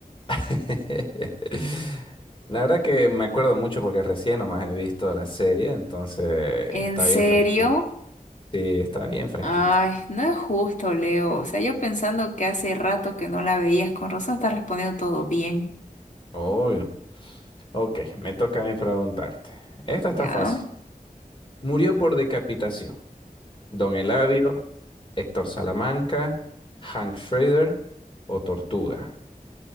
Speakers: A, on the left; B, on the left.
A: <laughs> La verdad que me acuerdo mucho porque recién nomás he visto la serie, entonces
B: ¿En
A: está
B: serio?
A: bien fresquita. Sí, está bien fresquita.
B: Ay, no es justo, Leo. O sea, yo pensando que hace rato que no la veías, con razón estás respondiendo todo bien.
A: Obvio. Ok, me toca a mí preguntarte. Esta está
B: Ya,
A: fácil. Murió por decapitación. Don Eladio, Héctor Salamanca, Hank Schrader o Tortuga.